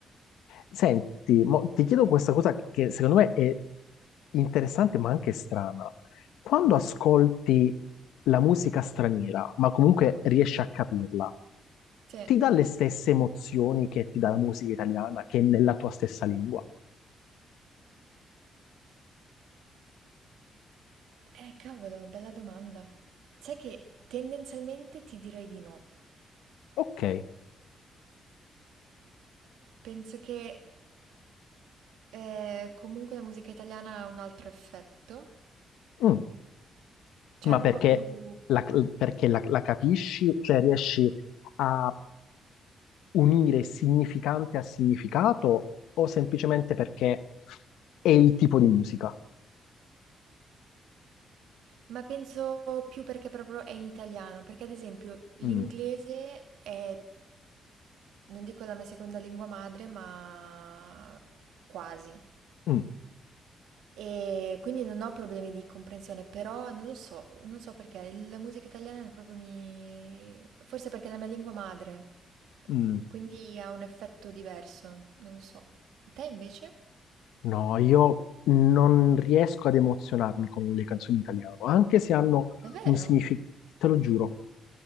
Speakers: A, on the left (about 85°); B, on the right (about 80°).
A: Senti, mo ti chiedo questa cosa che secondo me è interessante ma anche strana. Quando ascolti la musica straniera, ma comunque riesci a capirla,
B: Sì.
A: ti dà le stesse emozioni che ti dà la musica italiana, che è nella tua stessa lingua?
B: Eh, cavolo, bella domanda. Sai che tendenzialmente ti direi di no.
A: Ok,
B: Penso che eh, comunque la musica italiana ha un altro effetto,
A: Mm.
B: cioè
A: Ma
B: un
A: perché
B: po' più...
A: la, perché la la capisci? Cioè riesci a unire significante a significato o semplicemente perché è il tipo di musica?
B: ma penso più perché proprio è in italiano, perché ad esempio l'inglese
A: Mm.
B: è, non dico la mia seconda lingua madre, ma quasi.
A: Mm,
B: E quindi non ho problemi di comprensione, però non lo so, non so perché, la musica italiana è proprio mi... forse perché è la mia lingua madre,
A: mm.
B: quindi ha un effetto diverso, non lo so. Te invece?
A: No, io non riesco ad emozionarmi con le canzoni in italiano, anche se hanno
B: Davvero?
A: un significato, te lo giuro,